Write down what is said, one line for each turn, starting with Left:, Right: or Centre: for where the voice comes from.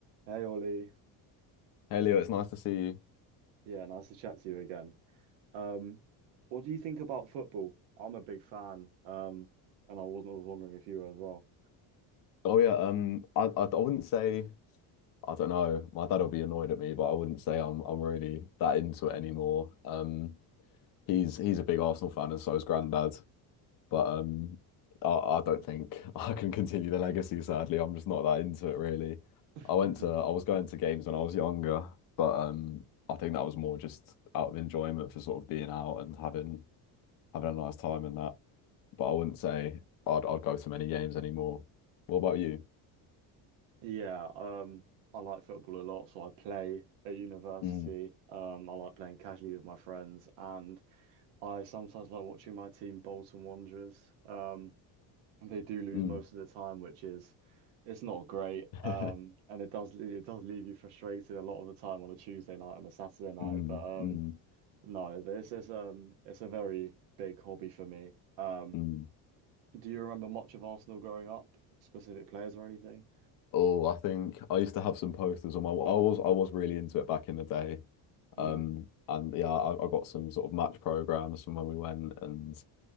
Right: Hey Ollie,
Left: Hey Leo, it's nice to see you.
Right: yeah, nice to chat to you again. Um, what do you think about football? I'm a big fan, um, and I wasn't I was wondering if you were as well.
Left: Oh yeah, um, I, I I wouldn't say I don't know. My dad will be annoyed at me, but I wouldn't say I'm I'm really that into it anymore. Um, he's he's a big Arsenal fan, and so is Granddad. But um, I I don't think <laughs> I can continue the legacy. Sadly, I'm just not that into it really.
Right: <laughs>
Left: I went to I was going to games when I was younger, but um, I think that was more just out of enjoyment for sort of being out and having having a nice time and that. But I wouldn't say I'd I'd go to many games anymore. What about you?
Right: Yeah, um, I like football a lot, so I play at university.
Left: Mm,
Right: Um, I like playing casually with my friends, and I sometimes like watching my team, Bolton Wanderers. Um, and they do lose
Left: mm,
Right: most of the time, which is it's not great.
Left: <laughs>
Right: Um, and it does le- it does leave you frustrated a lot of the time on a Tuesday night and a Saturday night,
Left: mm,
Right: but um.
Left: mm,
Right: No, this is um it's a very big hobby for me. Um,
Left: mm.
Right: do you remember much of Arsenal growing up? Specific players or anything?
Left: Oh, I think I used to have some posters on my wall. I was I was really into it back in the day.
Right: Hmm.
Left: Um, and yeah, I, I got some sort of match programs from when we went, and